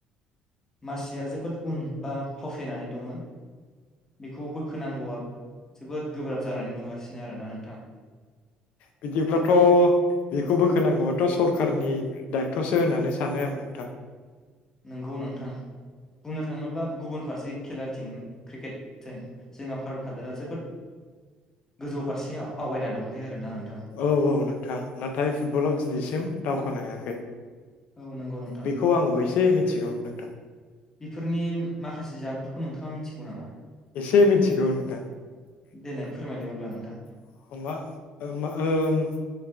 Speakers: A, on the left; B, on the left.
A: मासिया जोबोद उन बा फावसायनानै दङ बेखौ बोखोनांगौआ जोबोद गोब्राब जानानै दंगासिनो आरो ना नोंथां
B: बिदिब्लाथ' बेखौ बोखोनांगौबाथ' सरखारनि दायथ'सो होननानै सानो आं नोंथां
A: नंगौ नोंथां बुंनो थाङोब्ला गुबुन फारसे खेलाथिं क्रिकेटथिं जोंहा भारत हादरा जोबोद गोजौ फारसे आवगायना दंखायो आरोना नोंथां
B: औ औ नोंथां नाथाय फुटबलाव दिनैसिम दावखोनो हायाखै
A: औ नंगौ नोंथां
B: बेखौ आंबो एसे मिथिगौ नोंथां
A: बेफोरनि माखासे जाहोनफोरखौ नोंथाङा मिथिगौ नामा
B: एसे मिथिगौ नोंथां <unintelligible>
A: देलाय फोरमायलाय अब्ला नोंथां